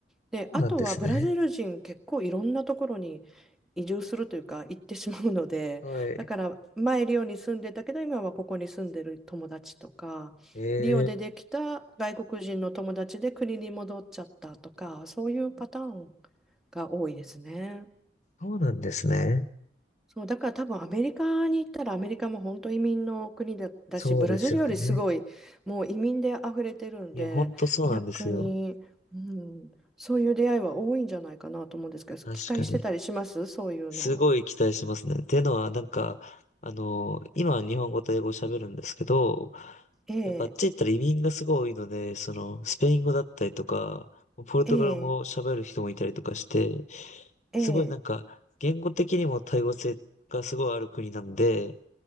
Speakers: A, in the centre; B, on the left.
A: で、
B: そうなんですね。
A: あとはブラジル人結構いろんなところに移住するというか行ってしまうので、
B: はい。
A: だから前リオに住んでたけど今はここに住んでる友達とか、
B: ええ、
A: リオでできた外国人の友達で国に戻っちゃったとか、そういうパターンが多いですね。
B: そうなんですね。
A: そう、だから多分アメリカに行ったらアメリカも本当移民の国だ、だし、
B: そうですよね。
A: ブラジルよりすごいもう移民で溢れてるんで、
B: いや、ほんとそうなんですよ。
A: 逆に、うん、そういう出会いは多いんじゃないかなと思うんですけど、
B: 確かに。
A: 期待してたりしますそういうの。
B: すごい期待しますね。っていうのは、なんか、あの、今は日本語と英語を喋るんですけど、
A: ええ、
B: やっぱあっち行ったら移民がすごい多いので、その、スペイン語だったりとか、ポルトガル語を喋る人もいたりとかして、
A: ええ、ええ、
B: すごいなんか、言語的にも多様性がすごいある国なんで、